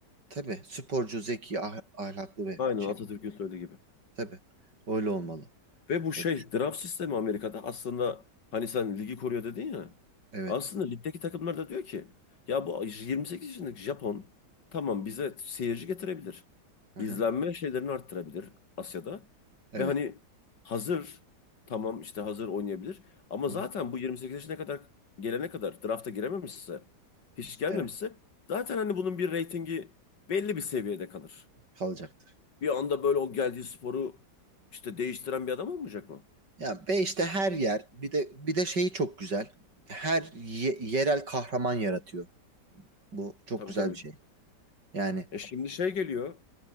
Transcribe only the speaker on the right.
tabii sporcu, zeki, ah- ahlaklı ve
şey,
tabii öyle olmalı.
evet ç-
evet.
Aha,
evet.
Hı-hı.
Evet.
Kalacaktır.
Ya ve işte her yer bir de bir de şeyi çok güzel. Her ye- yerel kahraman yaratıyor. Bu çok
güzel
bir şey. Yani